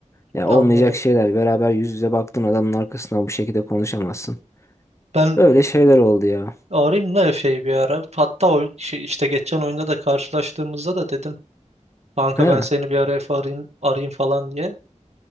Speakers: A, on the left (about 20°); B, on the right (about 60°).
A: Ya
B: Anladım.
A: olmayacak şeyler. Beraber yüz yüze baktığın adamın arkasından bu şekilde konuşamazsın.
B: Ben
A: Öyle şeyler oldu ya.
B: arayayım da Efe'yi bir ara. Hatta o şey- işte geçen oyunda da karşılaştığımızda da dedim. Kanka
A: He.
B: ben seni bir ara Efe arayayım, arayayım falan diye.